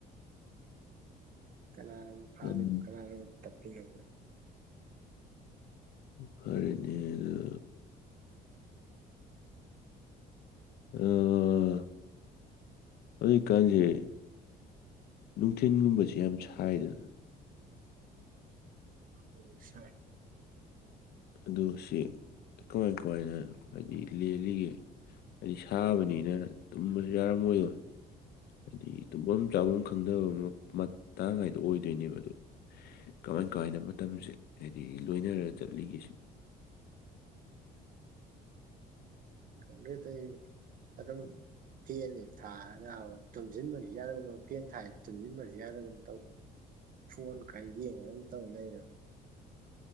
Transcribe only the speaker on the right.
ꯀꯅꯥꯅꯕꯨ ꯍꯥꯟꯂꯤꯅꯣ
ꯀꯅꯥꯅꯕꯨ ꯇꯞꯄꯤꯅꯣ <unintelligible>
ꯎꯝ ꯁꯥꯏ
ꯈꯪꯗꯦ ꯇꯧꯔꯤꯁꯦ ꯑꯗꯨꯝ ꯐꯦꯟꯁꯦ ꯊꯥꯔꯒ ꯕ ꯇꯨꯝꯁꯤꯟꯕꯁꯨ ꯌꯥꯗꯒꯨꯝ ꯇꯧ ꯐꯦꯟ ꯊꯥꯏ ꯇꯨꯝꯁꯤꯟꯕꯁꯨ ꯌꯥꯗꯒꯨꯝ ꯇꯧ ꯐꯣꯟ ꯈꯔ ꯌꯦꯡꯉ ꯑꯗꯨꯝ ꯇꯧ ꯂꯩꯔꯦ